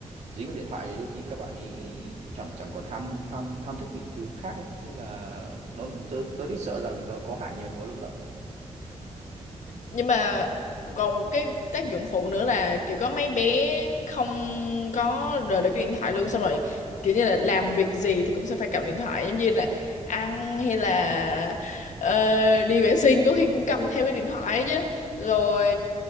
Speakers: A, on the right; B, on the left.
A: dính vào điện thoại thì đôi khi các bạn ấy chẳng chẳng còn ham ham ham thích những thứ khác ấy. Thế là nó tớ tớ thì sợ rằng nó có hại nhiều hơn có lợi.
B: nhưng mà còn một cái tác dụng phụ nữa là kiểu có mấy bé không có rời được cái điện thoại luôn xong rồi kiểu như là làm việc gì thì cũng sẽ phải cầm điện thoại giống như là ăn hay là ờ, đi vệ sinh có khi cũng cầm theo cái điện thoại chứ rồi